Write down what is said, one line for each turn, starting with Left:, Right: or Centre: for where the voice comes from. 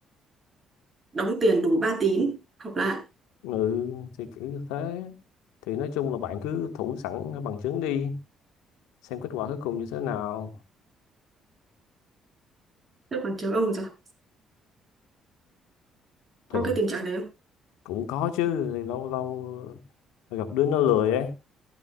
Right: đóng tiền đủ ba tín học lại
Left: ừ thì kiểu như thế thì nói chung là bạn cứ thủ sẵn bằng chứng đi xem kết quả cuối cùng như thế nào
Right: thế còn trường ông thì sao
Left: tình
Right: có cái tình trạng đấy không
Left: cũng có chứ thì lâu lâu gặp đứa nó lười ấy